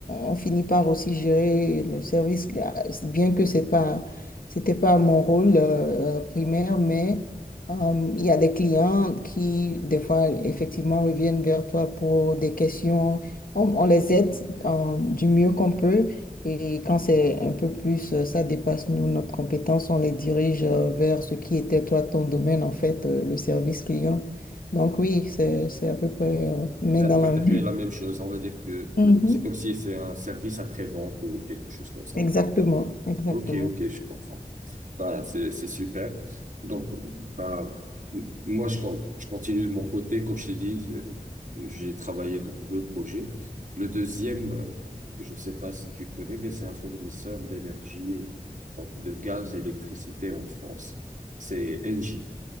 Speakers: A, on the left (about 70°); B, on the right (about 60°).
A: on- on finit par aussi gérer le service, Ah, bien que c'est pas, c'était pas mon rôle euh, euh, primaire, mais euh, il y a des clients qui, des fois, effectivement, reviennent vers toi pour des questions. On, on les aide euh, du mieux qu'on peut. Et quand c'est un peu plus, euh, ça dépasse nous, notre compétence, on les dirige euh, vers ce qui était toi, ton domaine, en fait, euh, le service client. Donc oui, c'est, c'est à peu près euh, main
B: J'ai
A: dans la
B: préféré
A: main.
B: la même chose. On va dire que
A: Mhm.
B: c'est comme si c'est un service après-vente ou quelque chose comme ça.
A: Exactement, exactement.
B: Ok, ok, je comprends. Bah, c'est, c'est super. Donc, bah, m- moi, je, con- je continue de mon côté. Comme je t'ai dit, euh, j'ai travaillé dans deux projets. Le deuxième, euh, je sais pas si tu connais, mais c'est un fournisseur d'énergie, donc de gaz et d'électricité en France. C'est Engie.